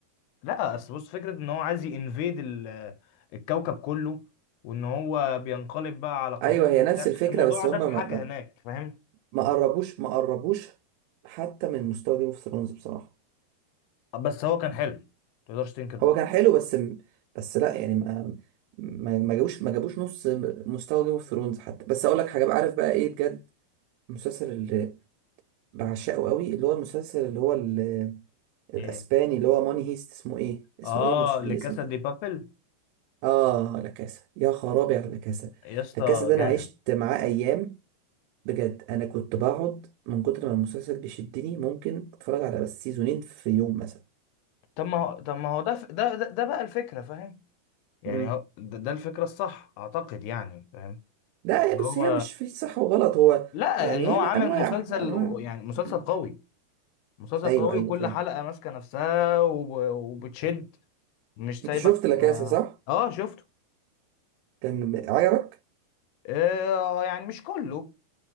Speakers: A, on the left (about 80°); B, on the right (about 85°).
A: لا اصل بص فكرة ان هو عايز ينفيد ال- الكوكب كله وان هو بينقلب بقى على قبيلته
B: أيوه هي
A: وبتاع.
B: نفس الفكرة
A: الموضوع
B: بس هما
A: ده اتحكى
B: ما, ما...
A: هناك فاهم
B: ما قربوش ما قربوش حتى من مستوى جيم اوف ثرونز بصراحة
A: بس هو كان حلو متقدرش تنكر ده
B: هو كان حلو بس بس لا يعني ما ما ما جابوش ما جابوش نص مستوى جيم اوف ثرونز حتى بس اقول لك حاجه بقى عارف بقى ايه بجد المسلسل اللي بعشقه قوي اللي هو المسلسل اللي هو ال- الاسباني
A: ايه
B: اللي هو ماني هيست اسمه ايه اسمه
A: اه
B: ايه مش ليه
A: لكاسا
B: اسم تاني
A: دي بابل
B: اه لا كاسا يا خرابي على لا كاسا
A: يا اسطى
B: لا كاسا ده
A: جامد
B: انا عشت معاه ايام بجد انا كنت بقعد من كتر ما المسلسل بيشدني ممكن اتفرج على بس سيزونين في يوم مثلا
A: طب ما هو طب ما هو ده ف- ده ده, ده بقى الفكرة فاهم يعني
B: بجد
A: هو ده, ده الفكرة الصح اعتقد يعني فاهم
B: لا
A: ان
B: هي
A: هو
B: بص هي مش في صح وغلط هو
A: لا
B: يعني
A: ان هو
B: يعني
A: عامل
B: انواع
A: مسلسل
B: انواع
A: و- يعني مسلسل
B: مم.
A: قوي مسلسل
B: ايوه
A: قوي
B: ايوه
A: وكل
B: فاهم
A: حلقة ماسكة نفسها وب- وبتشد مش سايبك
B: انت شفت لاكاسا
A: اه
B: صح
A: آه، شفته
B: كان ب- عجبك
A: آه يعني مش كله